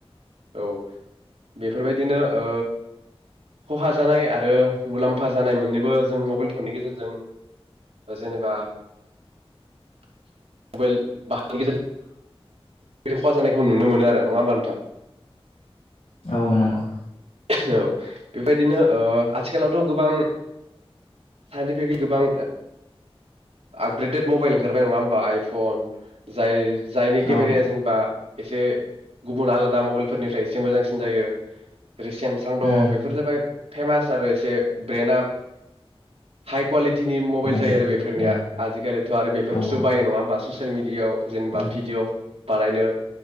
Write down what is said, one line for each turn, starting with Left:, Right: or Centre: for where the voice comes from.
Right: औ बेफोरबायदिनो ओ खहा जानाय आरो मुलाम्फा जानाय मोननैबो जों मबाइल फननि गेजेरजों जेनेबा मबाइल बाहायनि गेजेरजों खहा जानायखौ नुनो मोनो आरो नङा होनबा नोंथां
Left: औ नंगौ
Right: औ बेबायदिनो ओ आथिखालावथ' गोबां साइन्टिफिकलि गोबां आपग्रेडेड मबाइल ओंखारबाय नङा होमबा आइफन जाय जायनि केमेरिया
Left: औ
Right: जेनबा एसे गुबुन आलादा मबाइलफोरनिफ्राय एसे मोजांसिन जायो जेरै सेमसां दङ
Left: उम
Right: बेफोर जाबाय फेमास आरो एसे ब्रेन्डआ हाइ कुवालिटि टिनि मबाइल
Left: गिदिर
Right: जायो आरो बेफोरनिया
Left: औ
Right: आजिखालिथ' आरो बेफोरखौसो
Left: औ औ
Right: बायो नङा होमबा ससियेल मिडियाआव जेनेबा
Left: औ
Right: भिडिअ बानायनो